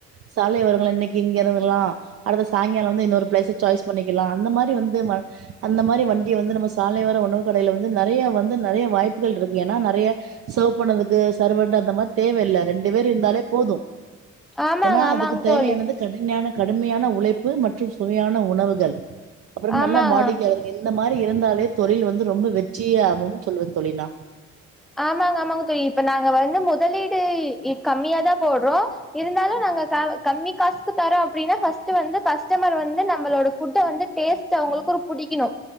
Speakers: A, on the right; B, in the centre.
A: சாலை ஒரங்களை இன்னைக்கு இங்க இருந்துறலாம் அடுத்த சாயங்காலம் வந்து இன்னொரு பிளேஸ் சாய்ஸ் பண்ணிக்கலாம் அந்த மாரி வந்து அந்த மாரி வண்டிய வந்து நம்ம சாலை ஓர உணவு கடையில வந்து நெறய வந்து நெறய வாய்ப்புகள் இருக்கு ஏன்னா நெறய செர்வ் பண்ணதுக்கு சர்வர் அந்த மாரி தேவையில்லை ரெண்டு பேர் இருந்தாலே போதும்
B: ஆமாங்க
A: ஏன்னா
B: ஆமாங்க
A: அதுக்கு தேவையானது
B: தோழி
A: கடுனையான கடுமையான உழைப்பு மற்றும் சுவையான உணவுகள் அப்பறம்
B: ஆமாங்க
A: நல்லா வாடிக்கையாளர்கள் என்ன அந்த மாரி இருந்தாலே தொழில் வந்து ரொம்ப வெற்றியே ஆகும்னு சொல்வேன் தோழி நா
B: ஆமாங்க ஆமாங்க தோழி இப்ப நாங்க வந்து முதலீடு கம்மியா தான் போடறோம் இருந்தாலும் நாங்க கம்மி காசுக்கு தரோம் அப்படினா ஃபர்ஸ்ட் வந்து கஸ்டம்பர் வந்து நம்மளோட ஃபுட்ஹ வந்து டேஸ்ட் அவங்களுக்கும் புடிக்கணும்